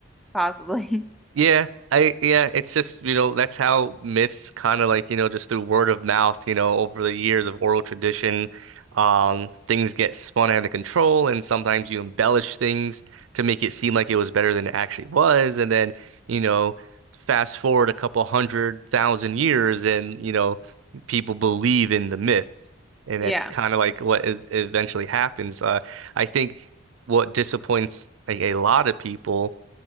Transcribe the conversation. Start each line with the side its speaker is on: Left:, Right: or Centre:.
Centre: possibly. <laughs>
Right: Yeah, I yeah, it's just, you know, that's how myths kind of like, you know, just through word of mouth, you know, over the years of oral tradition, um, things get spun out of control and sometimes you embellish things to make it seem like it was better than it actually was. And then, you know, fast forward a couple hundred thousand years and, you know, people believe in the myth. And
Centre: Yeah.
Right: that's kind of like what is eventually happens. Uh, I think what disappoints like, a lot of people